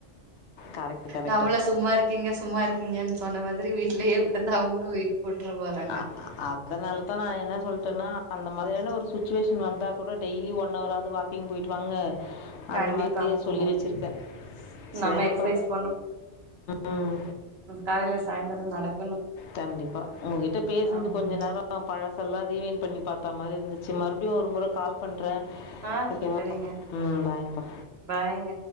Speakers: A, on the left (about 80°); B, on the right (about 65°).
A: கரெக்ட் கரெக்ட்.
B: நம்மள சும்மா இருக்கீங்க சும்மா இருக்கீங்கன்னு சொன்ன மாரி மாதிரி வீட்லயே உக்காந்து அவங்களு வெய்ட் போட்ற போறாங்க
A: அ அதனால தா நா என்ன சொல்ட்டேன்னா அந்த மாரியான ஒரு சுட்சுவேஷன் வந்தா கூட டெய்லி ஒன் அவராது வாக்கிங் போயிட்டு வாங்க அந்த
B: கண்டிப்பா
A: மாதிரி
B: போணு
A: சொல்லி வச்சிருக்கே சரிப்பா
B: நம்ம எக்சசைஸ்
A: உம்
B: காலையில் சாயந்திரம் நட
A: கண்டிப்பா உங்ககிட்ட பேசுனது
B: ஆமாங்க
A: கொஞ்ச நேரோ பழ செல்லா ரீவைன் பண்ணி பாத்தா மாரி இருந்துச் ச்சு மறுபடியு ஒரு முறை கால் பண்றே
B: ஆ
A: ஓகேவா
B: செரிங்க
A: உம் பாய்ப்பா
B: பாய்ங்க